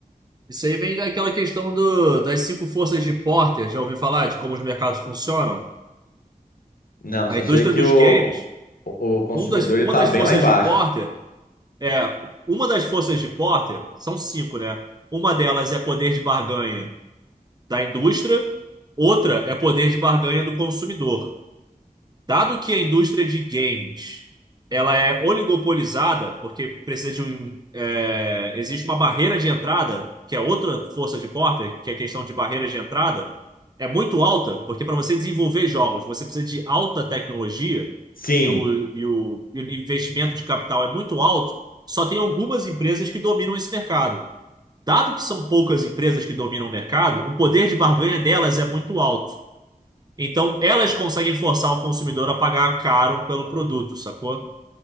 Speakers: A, on the right; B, on the left.
A: isso aí vem daquela questão do, das cinco forças de Porter. Já ouviu falar de como os mercados funcionam?
B: Não,
A: A
B: só
A: indústria
B: sei que
A: dos
B: o,
A: games,
B: o, o consumidor
A: um das, uma
B: ele tá
A: das
B: bem
A: forças
B: lá embaixo.
A: de Porter é uma das forças de Porter são cinco, né? Uma delas é poder de barganha da indústria, outra é poder de barganha do consumidor. Dado que a indústria de games ela é oligopolizada, porque precisa de um, é, existe uma barreira de entrada, que é outra força de Porter, que é a questão de barreira de entrada, é muito alta, porque para você desenvolver jogos, você precisa de alta tecnologia
B: Sim,
A: e o, e o, e o investimento de capital é muito alto, só tem algumas empresas que dominam esse mercado. Dado que são poucas empresas que dominam o mercado, o poder de barganha delas é muito alto. Então, elas conseguem forçar o consumidor a pagar caro pelo produto, sacou?